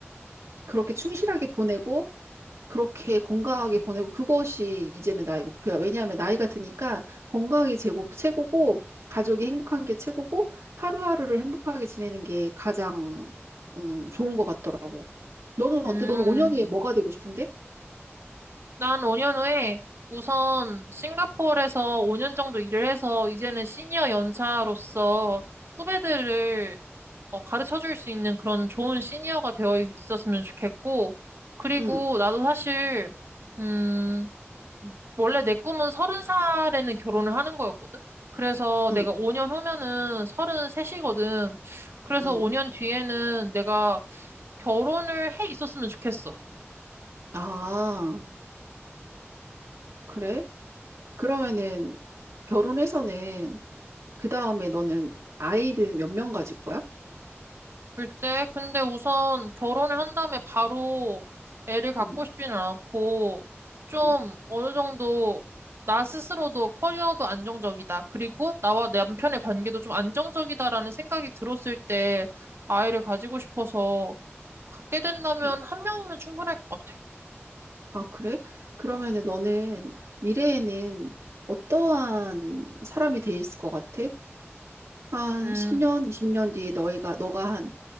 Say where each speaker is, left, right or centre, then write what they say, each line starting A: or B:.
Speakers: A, on the right; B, on the right.
A: 그렇게 충실하게 보내고 그렇게 건강하게 보내고 그것이 이제는 나의 목표야. 왜냐하면 나이가 드니까 건강이 제고, 최고고 가족이 행복한 게 최고고 하루하루를 행복하게 지내는 게 가장 음, 좋은 것 같더라고. 너는
B: 음.
A: 어때? 너는 5년 후에 뭐가 되고 싶은데?
B: 난 5년 후에 우선 싱가포르에서 5년 정도 일을 해서 이제는 시니어 연차로서 후배들을 어, 가르쳐 줄 수 있는 그런 좋은 시니어가 되어 있었으면 좋겠고, 그리고
A: 응,
B: 나도 사실, 음, 원래 내 꿈은 서른 살에는 결혼을 하는 거였거든? 그래서
A: 응,
B: 내가 5년 후면은 서른 셋이거든. 그래서
A: 응.
B: 5년 뒤에는 내가 결혼을 해 있었으면 좋겠어.
A: 아, 그래? 그러면은 결혼해서는 그 다음에 너는 아이를 몇 명 가질 거야?
B: 글쎄, 근데 우선 결혼을 한 다음에 바로 애를 갖고
A: 응,
B: 싶지는 않고, 좀
A: 응.
B: 어느 정도 나 스스로도 커리어도 안정적이다. 그리고 나와 내 남편의 관계도 좀 안정적이다라는 생각이 들었을 때 아이를 가지고 싶어서 갖게 된다면
A: 응.
B: 한 명이면 충분할 것 같아.
A: 아, 그래? 그러면은 너는 미래에는 어떠한 사람이 돼 있을 것 같아? 한
B: 음,
A: 10년, 20년 뒤에 너희가, 너가 한